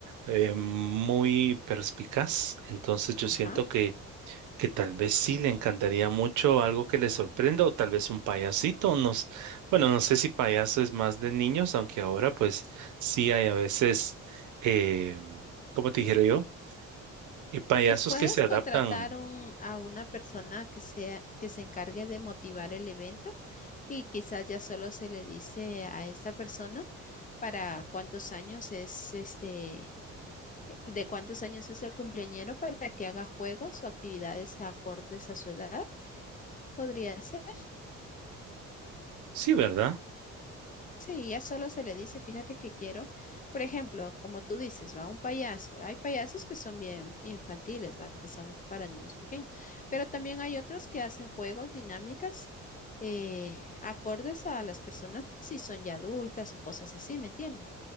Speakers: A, on the right; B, on the left.
A: eh, muy perspicaz. Entonces yo
B: Ajá.
A: siento que, que tal vez sí le encantaría mucho algo que le sorprenda o tal vez un payasito. No, bueno, no sé si payaso es más de niños, aunque ahora pues sí hay a veces, eh, ¿cómo te dijera yo? Eh, payasos
B: Pues puedes
A: que se adaptan.
B: contratar un- a una persona que sea, que se encargue de motivar el evento y quizás ya solo se le dice a esta persona para cuántos años es este, de cuántos años es el cumpleañero para que haga juegos o actividades acordes a su edad. Podría ser.
A: Sí, ¿verdad?
B: Sí, ya solo se le dice, fíjate que quiero, por ejemplo, como tú dices, va un payaso. Hay payasos que son bien infantiles, va, que son para niños pequeños, pero también hay otros que hacen juegos, dinámicas, eh, acordes a las personas si son ya adultas o cosas así, ¿me entiendes?